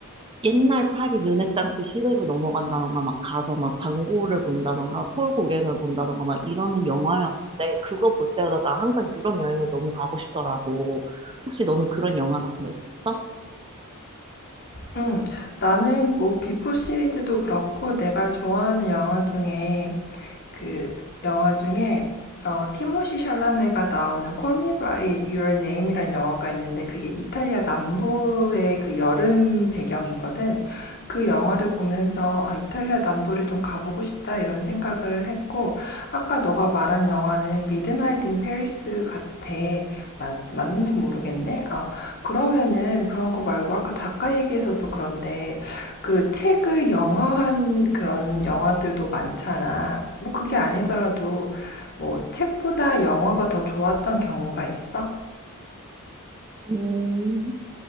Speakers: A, on the right; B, on the left.
A: 옛날 파리 르네상스 시대로 넘어간다던가 막 가서 막 방고를 본다던가 폴 고갱을 본다던가 막 이러는 영화였는데 그거 볼 때마다 나 항상 유럽 여행을 너무 가고 싶더라고. 혹시 너는 그런 영화 같은 거 있었어?
B: 음, 나는 뭐 비포 시리즈도 그렇고 내가 좋아하는 영화 중에 그 영화 중에 어, 티모시 샬라메가 나오는 Call Me By Your Name이라는 영화가 있는데 그게 이탈리아 남부의 그 여름 배경이거든. 그 영화를 보면서 아, 이탈리아 남부를 좀 가보고 싶다 이런 생각을 했고 아까 너가 말한 영화는 미드나잇 인 페리스 같아. 맞, 맞는지 모르겠네. 아, 그러면은 그런 거 말고 아까 작가 얘기에서도 그런데 그 책을 영화한 그런 영화들도 많잖아. 뭐 그게 아니더라도 뭐 책보다 영화가 더 좋았던 경우가 있어?
A: 음.